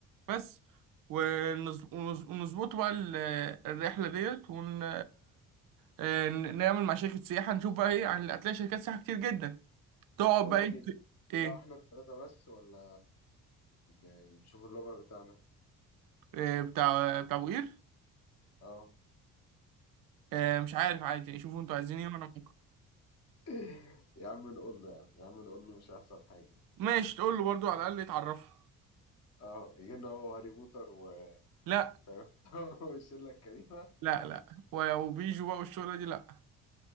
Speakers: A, on the right; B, on the left.
A: بس ونز- ونز- ونظبط بقى ال- الرحلة ديت ون آه، ن- نعمل مع شركة سياحة نشوف بقى ايه يعني هتلاقي شركات سياحة كتير جدا تقعد
B: بقول
A: بقى
B: لك
A: ايه
B: ايه
A: ت- ايه
B: نطلعوا احنا الثلاثه بس ولا ن- نشوف اللغه بتاعنا
A: آه، بتاع بتاع ابو قير
B: اه
A: آه، مش عارف عادي يعني شوفوا انتوا عايزين ايه وانا ممكن
B: <laughs> يا عم نقول له يا عم يا عم نقول له مش هيحصل حاجه
A: ماشي تقول له برضو على الأقل يتعرفوا
B: اه يجي لنا هو هاري بوتر و
A: لا
B: فاهم <laughs> والشله الكريمه
A: لا لا و- وبيجوا بقى والشغلة دي لا